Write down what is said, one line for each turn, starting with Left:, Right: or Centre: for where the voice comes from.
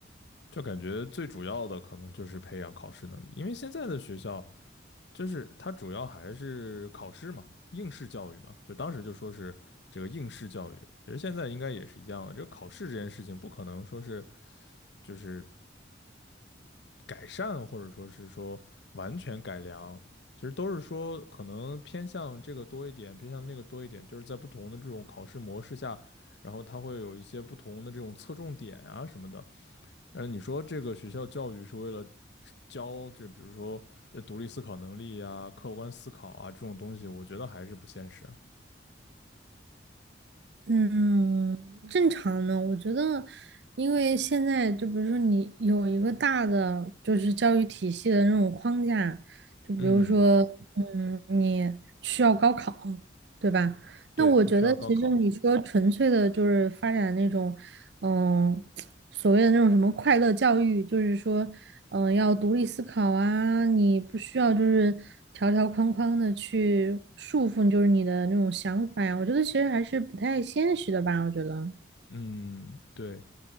Left: 就感觉最主要的可能就是培养考试能力，因为现在的学校就是它主要还是考试嘛，应试教育嘛，就当时就说是这个应试教育，其实现在应该也是一样的。这个考试这件事情不可能说是就是改善，或者说是说完全改良，其实都是说可能偏向这个多一点，偏向那个多一点，就是在不同的这种考试模式下，然后它会有一些不同的这种侧重点啊什么的。呃，你说这个学校教育是为了教这，比如说呃独立思考能力啊、客观思考啊这种东西，我觉得还是不现实。
Right: 嗯，正常的，我觉得，因为现在就比如说你有一个大的就是教育体系的那种框架，就比如说，
Left: 嗯，
Right: 嗯，你需要高考，对吧？
Left: 对，
Right: 那我觉得其实你说纯粹的就是发展那种，
Left: 你需要高考。
Right: 嗯，所谓的那种什么快乐教育，就是说嗯、呃要独立思考啊，你不需要就是条条框框的去束缚，就是你的那种想法呀。我觉得其实还是不太现实的吧，我觉得。
Left: 嗯，对。